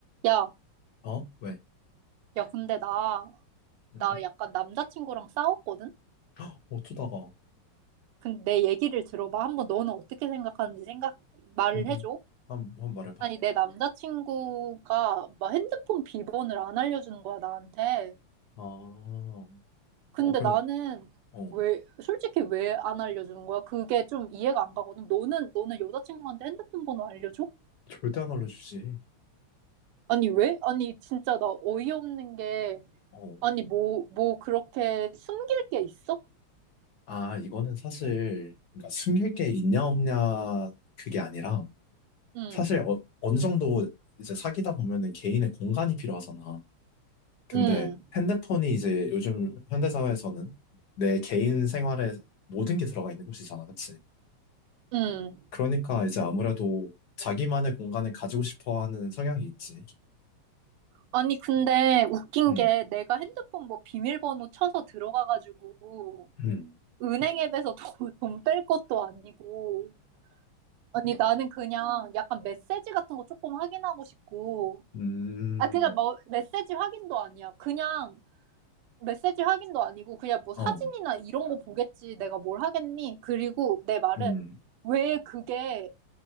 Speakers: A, on the right (about 85°); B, on the left (about 55°).
A: 야,
B: 어? 왜?
A: 야, 근데 나,
B: 음?
A: 나 약간 남자친구랑 싸웠거든?
B: 헉, 어쩌다가?
A: 근데 내 얘기를 들어봐. 한번 너는 어떻게 생각하는지 생각, 말을
B: 음, 음.
A: 해줘.
B: 한, 한번 말해봐.
A: 아니, 내 남자친구가 막 핸드폰 비번을 안 알려주는 거야, 나한테.
B: 아, 어,
A: 근데
B: 그래,
A: 나는
B: 어.
A: 왜, 솔직히 왜 안 알려주는 거야? 그게 좀 이해가 안 가거든. 너는, 너는 여자친구한테 핸드폰 번호 알려줘?
B: 절대 안 알려주지.
A: 아니, 왜? 아니, 진짜 나 어이없는 게,
B: 어.
A: 아니, 뭐, 뭐 그렇게 숨길 게 있어?
B: 아, 이거는 사실, 그러니까 숨길 게 있냐, 없냐, 그게 아니라,
A: 응,
B: 사실 어, 어느 정도 이제 사귀다 보면은 개인의 공간이 필요하잖아. 근데
A: 응,
B: 핸드폰이 이제 요즘 현대사회에서는 내 개인 생활에 모든 게 들어가 있는 곳이잖아, 그치?
A: 응.
B: 그러니까 이제 아무래도 자기만의 공간을 가지고 싶어 하는 성향이 있지.
A: 아니, 근데 웃긴
B: 음.
A: 게 내가 핸드폰 뭐 비밀번호 쳐서 들어가가지고
B: 음,
A: 은행 앱에서 <laughs> 돈 뺄 것도 아니고. 아니, 나는 그냥 약간 메시지 같은 거 조금 확인하고 싶고.
B: 음,
A: 아, 그러니까 뭐 메시지 확인도 아니야. 그냥 메시지 확인도 아니고 그냥 뭐
B: 어,
A: 사진이나 이런 거 보겠지. 내가 뭘 하겠니? 그리고 내 말은
B: 음,
A: 왜 그게